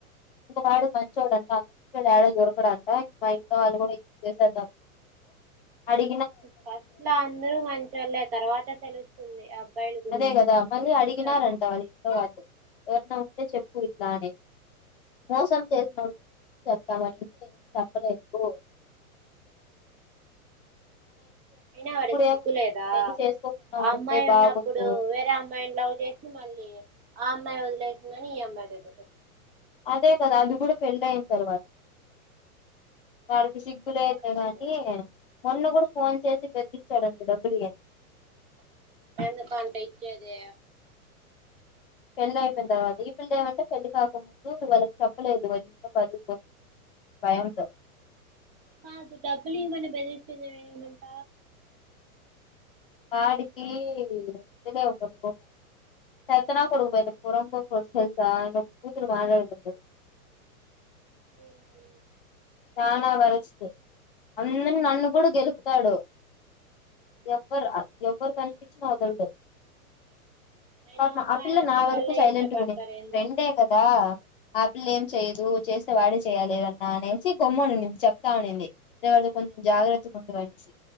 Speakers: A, on the left; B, on the right.
A: ఇంకా వాడు మంచి చూడంట అ డాడ దొడకడంట ఇం మా ఇం వాళ్ళు కూడా ఇచ్చ చేసేద్ద అడి
B: ఫస్ట్ లో అందరూ మంచి వాళ్ళే తర్వాత తెలుస్తుంది అబ్బాయిల గురించి
A: అదే కదా మళ్ళీ
B: నటిస్తారు
A: అడిగినారంట వాళ్ళ ఇంట్లో వాళ్ళు ఎవరన్నా ఉంటే చెప్పు ఇట్లా అనేసి మోసం చే చెప్పాలి అనేసి నేనేం చెప్పలేదు రోయి
B: అయినా వాడికి
A: ఏముంది
B: సిగ్గు లేదా ఆ
A: పెళ్లి చేసుకోకుండా
B: అమ్మాయి
A: ఉంటే బాగుండు
B: ఉన్నప్పుడూ వేరే అమ్మాయిని లవ్ చేసి మళ్ళీ ఆ అమ్మాయి వదిలేసింది అనీ ఈ అమ్మాయితో తిరు
A: అదే కదా అది కూడా పెళ్ళి అయిన తర్వాత వాడికి సిగ్గు
B: చెప్పుతో
A: లేదులే
B: కొట్టాలి
A: గానీ
B: మనం
A: మొన్న గూడ ఫోన్ చేసి బెదిరిచ్చాడంట డబ్బులు ఈ అని
B: ఎందుకంట ఇచ్చేదీ
A: పెళ్లి అయిపోయిన తర్వాత ఈ పిల్ల ఏమంటే పెళ్లి కాకముందు వాళ్ళకి చెప్పలేదు వాళ్ళ ఇంట్లో <unintelligible> భయంతో
B: కాదు డబ్బులు ఇయ్యమని బెదిరిచ్చేది ఏమిటంట
A: వాడికీ ఒకే ఒక్క కొడుకు చేత్తనా కొడుకు పోరంబోకు కొడుకు తెల్సా బూతులు దీంట్లో మాట్లాడకూడదు
B: ఊహు
A: చానా వరెస్ట్ అందర్నీ నన్ను కూడా గెలుకుతాడు ఎవ్వరు ఎవ్వరు కనిపించినా వదలడు
B: అయినా
A: పాపం
B: అమ్మాయి
A: ఆ పిల్ల
B: అట్లా
A: నా వరకు
B: వల్లే
A: సైలెంట్
B: ఇష్టపడతారు
A: గున్నింది
B: ఏందో
A: ఫ్రెండే కదా ఆపిల్ల ఏం చేయ్యదూ చేస్తే వాడే చేయాలిఏదన్నా అనే చి గమ్మున ఉండింది చెప్తా అనింది ఏ వాడితో కొంచెం జాగ్రత్తగా ఉండు అనేసి